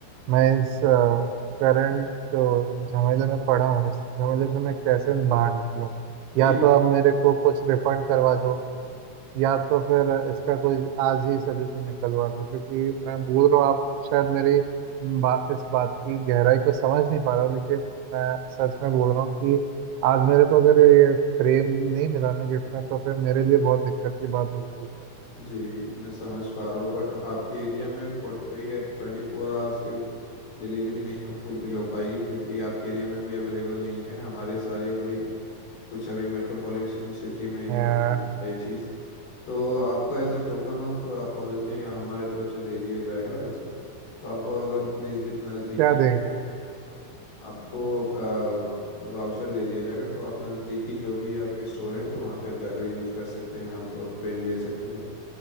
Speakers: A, on the right; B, on the left.
A: मैं इस करंट जो झमेले में पड़ा हूँ इस झमेले से मैं कैसे बाहर निकलूँ
B: जी
A: या तो आप मेरे को कुछ रिफंड करवा दो या तो फिर इसका कोई आज ही सोल्यूशन निकलवा दो क्योंकि मैं बोल रहा हूँ आप शायद मेरी बा, इस बात की गहराई को समझ नहीं पा रहा हो, लेकिन मैं सच में बोल रहा हूँ कि आज मेरे को अगर ये फ्रेम नहीं मिला ना गिफ्ट में तो फिर मेरे लिए बहुत दिक्कत की बात हो जाएगी यार
B: जी मैं समझ पा रहा हूँ बट आपके एरिया में फोर्टी ट्वेंटी फोर आवर्स की डिलीवरी नहीं हो फुलफिल हो पाएगी क्योंकि आपके एरिया में अभी अवेलेबल नहीं है हमारे सारे अभी कुछ अभी मेट्रोपॉलिटन सिटी में ये
A: यार
B: है ये चीज़ तो आपको as a token of apology हमारे तरफ से दे दिया जाएगा एज तो आप अगर नज़दीकी
A: क्या देंगे
B: आपको वाउचर दे दिया जाएगा तो आप नज़दीकी जो भी आपके स्टोर हैं तो वहाँ पे आप जाकर यूज़ कर सकते हैं आप फ्रेम ले सकते हैं